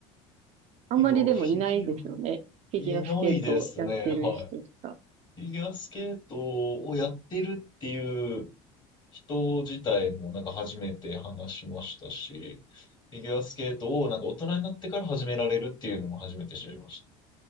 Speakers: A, on the right (about 50°); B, on the left (about 30°).
A: あんまりでもいないですよね。
B: えいや、フィギュア、
A: フィギュアスケートをやってる人とか。
B: いないですね。はい。フィギュアスケートをやってるっていう人自体もなんか初めて話しましたし、フィギュアスケートをなんか大人になってから始められるっていうのも初めて知りまし